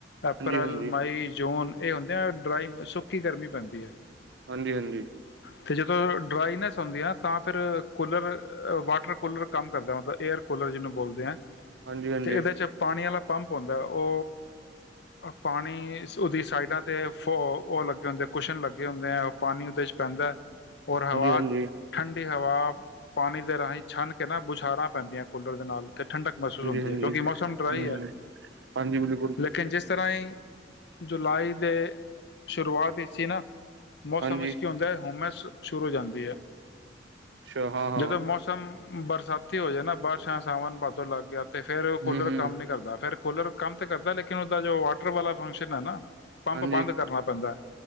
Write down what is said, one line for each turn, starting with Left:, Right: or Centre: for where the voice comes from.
Left: ਅਪ੍ਰੈਲ,
Right: ਹਾਂਜੀ ਹਾਂਜੀ
Left: ਮਈ, ਜੂਨ ਏ ਹੁੰਦੇ ਆ ਡਰਾਈ ਸੁੱਕੀ ਗਰਮੀ ਪੈਂਦੀ ਐ
Right: ਹਾਂਜੀ-ਹਾਂਜੀ
Left: ਤੇ ਜਦੋਂ ਡਰਾਈਨੈਸ ਹੁੰਦੀ ਐ ਤਾਂ ਫਿਰ ਕੂਲਰ ਵਾਟਰ ਕੂਲਰ ਕੰਮ ਕਰਦਾ ਮਤਲਬ ਏਅਰ ਕੂਲਰ ਜਿਹਨੂੰ ਬੋਲਦੇ ਐ
Right: ਹਾਂਜੀ ਹਾਂਜੀ
Left: ਤੇ ਇਹਦੇ ਚ ਪਾਣੀ ਆਲਾ ਪੰਪ ਹੁੰਦਾ ਓ ਪਾਣੀ ਸ ਓਦੀ ਸਾਈਡਾਂ ਤੇ ਫੋ ਓ ਲੱਗੇ ਹੁੰਦੇ ਕੁਸ਼ਨ ਲੱਗੇ ਹੁੰਦੇ ਐ ਪਾਣੀ ਉਦੇ ਚ ਪੈਂਦਾ ਹੋਰ ਹਵਾ
Right: ਹਾਂਜੀ ਹਾਂਜੀ
Left: ਠੰਡੀ ਹਵਾ ਪਾਣੀ ਦੇ ਰਾਹੀਂ ਛਨ ਕੇ ਨਾ ਬੁਛਾਰਾਂ ਪੈਂਦੀਆਂ ਕੂਲਰ ਦੇ ਨਾਲ। ਅਤੇ ਠੰਡਕ ਮਹਿਸੂਸ ਹੁੰਦੀ
Right: ਹਾਂਜੀ ਹਾਂਜੀ
Left: ਏ ਕਿਉਂਕਿ ਮੌਸਮ ਡਰਾਈ
Right: ਹਮ
Left: ਹੈ
Right: ਹਮ ਹਾਂਜੀ ਬਿਲਕੁਲ
Left: ਲੇਕਿਨ ਜਿਸ ਇਸ ਤਰ੍ਹਾਂ ਈ ਜੁਲਾਈ ਦੇ ਸ਼ੁਰੁਆਤ ਵਿੱਚ ਹੀ ਨਾ ਮੌਸਮ
Right: ਹਾਂਜੀ
Left: ਹੋਮਸ ਸ਼ੁਰੂ ਹੋ ਜਾਂਦੀ ਹੈ
Right: ਅੱਛਾ ਹਾਂ ਹਾਂ
Left: ਜਦੋਂ ਮੌਸਮ ਬਰਸਾਤੀ ਹੋ ਜਾਏ ਨਾ ਬਾਰਸ਼ਾ ਸਾਵਨ ਭਾਦੋਂ ਲੱਗ ਗਿਆ ਅਤੇ ਫਿਰ
Right: ਹਮ
Left: ਕੂਲਰ
Right: ਹਮ
Left: ਕੰਮ ਨਹੀਂ ਕਰਦਾ ਫਿਰ ਕੁਲਰ ਕੰਮ ਤਾਂ ਕਰਦਾ ਲੇਕਿਨ ਉਹਦਾ ਜੋ ਵਾਟਰ ਵਾਲਾ ਫੰਕਸ਼ਨ ਹੈ ਨਾ ਪੰਪ
Right: ਹਾਂਜੀ
Left: ਬੰਦ ਕਰਨਾ ਪੈਂਦਾ